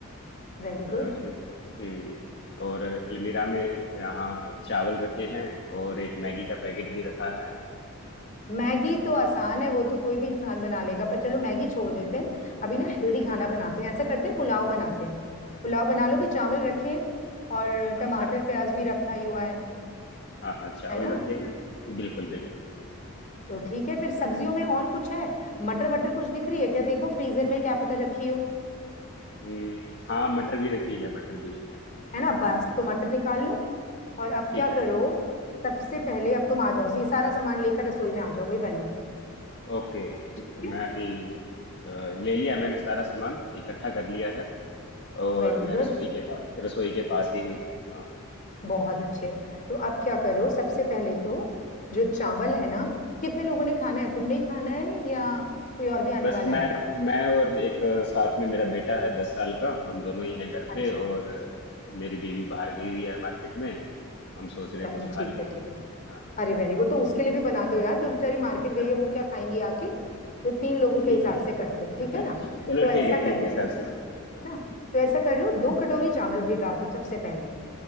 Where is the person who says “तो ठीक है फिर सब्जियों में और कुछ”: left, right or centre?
Left